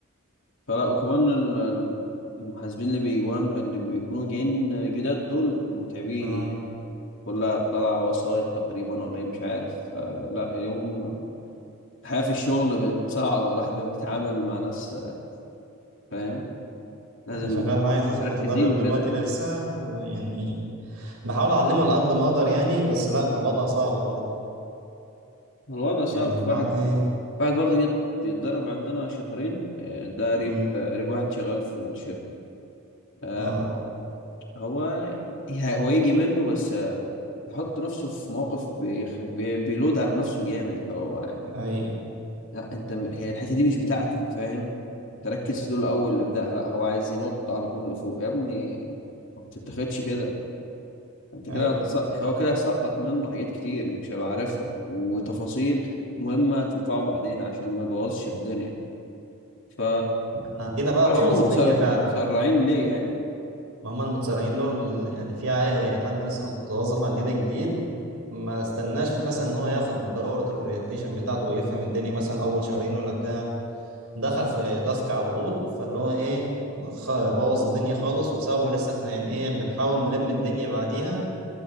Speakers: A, on the left (about 55°); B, on the right (about 85°).
A: فلا وكمان ال- ال- المحاسبين اللي بيجوان اللي بيكونوا جايين جداد دول متعبين
B: اه
A: يعني. كلها طالعة وسايط تقريبا ولا ايه مش عارف آه، لا اليوم الحياة في الشغل بقت صعبة الواحد بقى بيتعامل مع ناس آه، فاهم لازم
B: أنا شغال معايا أساسا
A: مركزين
B: متدرب
A: وكده
B: دلوقتي لسه يعني بحاول أعلمه على قد ما أقدر يعني بس لا الوضع صعب برضه
A: الوضع صعب
B: يعني اللي
A: في واحد
B: هو إيه
A: واحد برضه جه يتدرب عندنا شهرين آه، ده قريب
B: امم
A: آه، قريب واحد شغال في الشركة آه،
B: اه
A: هو هو يجي منه بس آه، بيحط نفسه في مواقف بيخ... بي... بيلود على نفسه جامد لو يعني
B: اي
A: لا انت م- هي الحته دي مش بتاعتك فاهم انت ركز في دول الاول الابداع لا هو عايز ينط على طول لفوق يا ابني ما بتتاخدش كده انت كده
B: ايوه
A: هتص- هو كده سقط منه حاجات كتير مش هيبقى عارفها وتفاصيل مهمه تنفعه بعدين عشان ما يبوظش الدنيا ف
B: احنا عندنا بقى
A: معرفش
B: بوظ
A: هم متسر...
B: الدنيا فعلا
A: متسرعين ليه يعني
B: ما هم المتسرعين دول يعني في عي- حد لسه متوظف عندنا جديد ما استناش مثلا ان هو ياخد دورة الاورينتيشن بتاعته ويفهم الدنيا مثلا اول شهرين ولا بتاع دخل في تاسك على طول فاللي هو ايه خ- بوظ الدنيا خالص وبسببه لسه احنا يعني ايه بنحاول نلم الدنيا بعديها